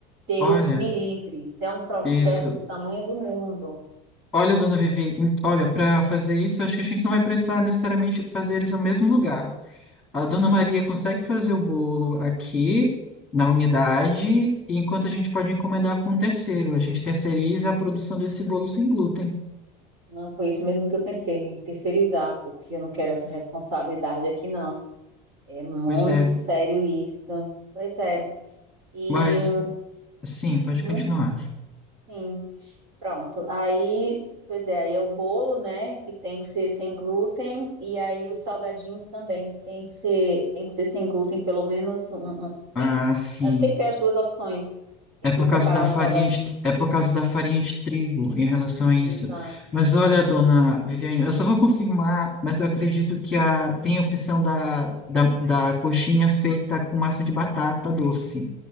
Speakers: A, on the right (about 45°); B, in the centre.
A: Deus
B: Olha,
A: me livre, isso é um processo
B: isso.
A: do tamanho do mundo.
B: Olha, dona Vivi, em- olha, para fazer isso, eu acho que a gente não vai precisar necessariamente fazer eles no mesmo lugar. A dona Maria consegue fazer o bolo aqui na unidade, enquanto a gente pode encomendar com um terceiro. A gente terceiriza a produção desse bolo sem glúten.
A: Não, foi isso mesmo que eu pensei, em terceirizar, porque eu não quero essa responsabilidade aqui, não. É muito
B: Pois é,
A: sério isso. Pois é. E,
B: mas sim, pode
A: uhum,
B: continuar.
A: sim, pronto. Aí, pois é, aí é o bolo, né, que tem que ser sem glúten, e aí os salgadinhos também tem que ser, tem que ser sem glúten, pelo menos um, um-
B: Ah,
A: tem que,
B: sim.
A: tem que ter as duas opções. Tem
B: É
A: que
B: por
A: ter separado
B: causa da farinha
A: o salgadinho.
B: de, é por causa da farinha de trigo em relação a isso.
A: Exato.
B: Mas olha, dona Viviane, eu só vou confirmar, mas eu acredito que a, tem a opção da, da, da coxinha feita com massa de batata doce.